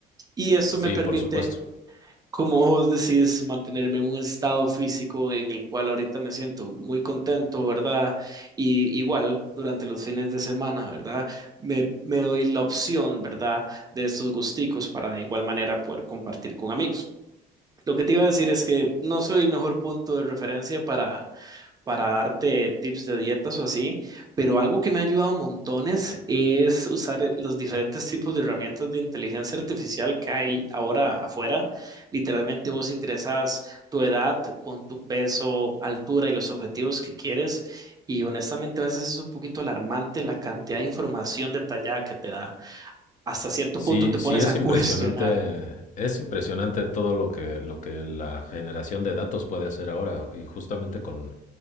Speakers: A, on the right; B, on the left.
A: Y eso
B: Sí,
A: me permite
B: por supuesto.
A: como vos decís, mantenerme en un estado físico en el cual ahorita me siento muy contento, ¿verdad? Y igual durante los fines de semana, ¿verdad? Me, me doy la opción, ¿verdad? De estos gusticos para de igual manera poder compartir con amigos. Lo que te iba a decir es que no soy el mejor punto de referencia para para darte tips de dietas o así, pero algo que me ha ayudado montones es usar e, los diferentes tipos de herramientas de inteligencia artificial que hay ahora afuera. Literalmente vos ingresas tu edad con tu peso, altura y los objetivos que quieres. Y honestamente a veces es un poquito alarmante la cantidad de información detallada que te da. Hasta cierto
B: Sí,
A: punto te
B: sí
A: pones
B: es
A: a <laughs> cuestionar.
B: impresionante, es impresionante todo lo que, lo que la generación de datos puede hacer ahora. Y justamente con,